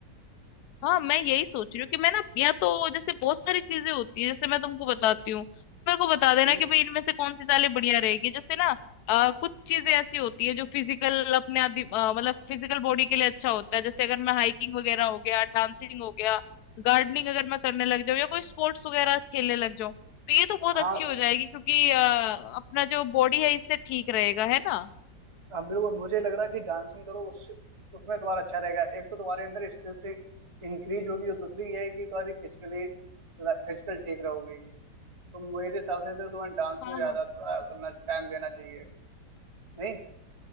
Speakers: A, on the left; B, on the right.
A: हाँ मैं यही सोच रही हूँ कि मैं ना या तो जैसे बहुत सारी चीजें होती है जैसे मैं तुमको बताती हूँ मेरे को बता
B: हम्म,
A: देना कि भाई इनमें से कौन सी चालें बढ़िया रहेगी जैसे ना अ, कुछ चीजें ऐसी होती है जो फिजिकल अपने आदि अ, मतलब फिजिकल बॉडी के लिए अच्छा होता है जैसे अगर मैं हाइकिंग वगैरह हो गया डांसिंग हो गया गार्डनिंग अगर मैं करने लग जाऊँ या कोई स्पोर्ट्स वगैरह खेलने लग जाऊँ तो ये तो बहुत
B: हाँ
A: अच्छी हो जाएगी क्योंकि अ, अपना जो बॉडी है इससे ठीक रहेगा है ना
B: हाँ बिल्कुल मुझे लग रहा है कि डांसिंग करो उस उसमें तुम्हारा अच्छा रहेगा एक तो तुम्हारे अंदर स्किल्स इंक्रीज होगी और दूसरी ये है कि तुम्हारी फिजिकली फिजिकल ठीक रहोगी तो मेरे हिसाब से तो तुम्हें डांस
A: हाँ
B: में ज्यादा थोड़ा करना टाइम देना चाहिए नहीं